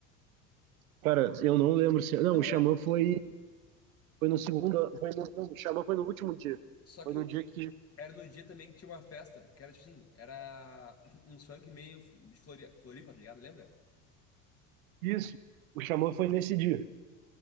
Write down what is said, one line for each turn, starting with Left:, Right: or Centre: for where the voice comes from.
Right: Cara, eu não lembro se. Não,
Left: Não
Right: o Xamã
Left: é.
Right: foi, foi no segundo. Foi no, não, o Xamã foi no último dia.
Left: Só
Right: Foi
Left: que
Right: no
Left: o.
Right: dia que.
Left: Era no dia também que tinha uma festa, que era tipo assim, era <clears throat> um funk meio de Flori- Floripa, tá ligado? Lembra?
Right: Isso. O Xamã foi nesse dia.